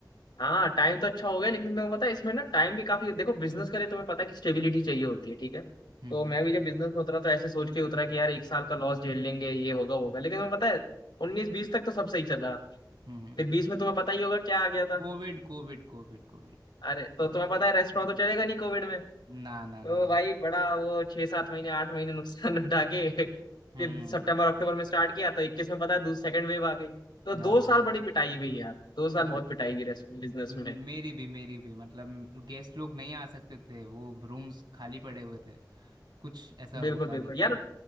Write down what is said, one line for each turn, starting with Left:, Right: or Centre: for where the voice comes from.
Left: हाँ टाइम तो अच्छा हो गया लेकिन तुम्हें पता है इसमें ना टाइम भी काफी देखो बिजनेस के लिए तुम्हें पता है कि स्टेबिलिटी चाहिए होती है ठीक है
Right: हम्म
Left: तो मैं भी जब बिजनेस में उतरा तो ऐसे सोच के उतरा कि यार एक साल का लॉस झेल लेंगे ये होगा वो होगा लेकिन तुम्हें पता है उन्नीस बीस तक तो सब सही चला
Right: हम्म हम्म
Left: फिर बीस में तुम्हें पता ही होगा क्या आ गया था
Right: Covid covid covid covid
Left: अरे तो तुम्हें पता है रेस्टोरेंट तो चलेगा नहीं कोविड में
Right: ना ना
Left: तो
Right: ना
Left: भाई
Right: ना
Left: बड़ा वो छह सात महीने आठ महीने नुकसान उठा के <laughs>
Right: हम्म
Left: फिर सितंबर अक्टूबर में स्टार्ट किया तो इक्कीस में पता है दूसरी सेकंड वेव आ गई तो दो
Right: हाँ
Left: साल बड़ी पिटाई हुई यार दो साल
Right: मतलब
Left: बहुत पिटाई हुई बिजनेस
Right: मेरी
Left: में
Right: भी मेरी भी मतलब गेस्ट लोग नहीं आ सकते थे वो रूम्स खाली पड़े हुए थे कुछ ऐसा
Left: बिल्कुल
Right: होता
Left: बिल्कुल
Right: नहीं
Left: यार
Right: था